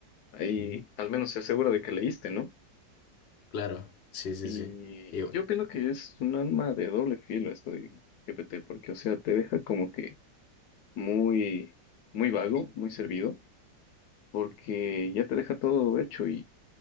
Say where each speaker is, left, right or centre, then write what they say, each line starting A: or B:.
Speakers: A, on the left (about 65°); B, on the left (about 80°).
A: ahí
B: Uh,
A: al menos se asegura de que leíste, ¿no?
B: claro, sí, sí,
A: Y
B: sí. Igual.
A: yo opino que es un alma de doble filo esto de GPT, porque, o sea, te deja como que muy, muy vago, muy servido, porque ya te deja todo hecho y